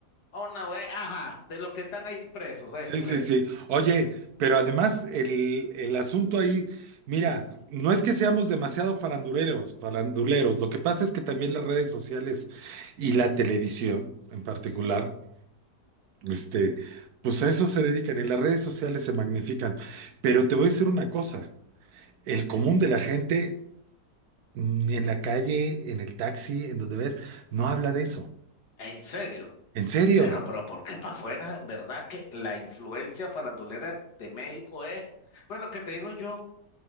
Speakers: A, on the left; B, on the right.
A: Una vez, ajá, de los que están ahí presos, eso,
B: Sí, sí,
A: eso.
B: sí. Oye, pero además el, el asunto ahí, mira, no es que seamos demasiado faranduleros, faranduleros. Lo que pasa es que también las redes sociales y la televisión en particular, este, pues a eso se dedican y las redes sociales se magnifican. Pero te voy a decir una cosa, el común de la gente, ni en la calle, en el taxi, en donde ves, no habla de eso.
A: En serio,
B: En serio.
A: pero, pero porque para afuera, en verdad que la influencia farandulera de México es, bueno, que te digo yo.